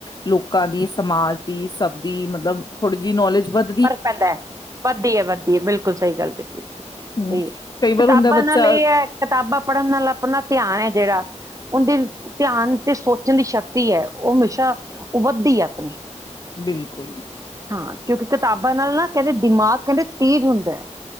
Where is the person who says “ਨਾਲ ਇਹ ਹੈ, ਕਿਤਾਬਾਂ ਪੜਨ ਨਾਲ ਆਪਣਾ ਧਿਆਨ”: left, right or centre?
Right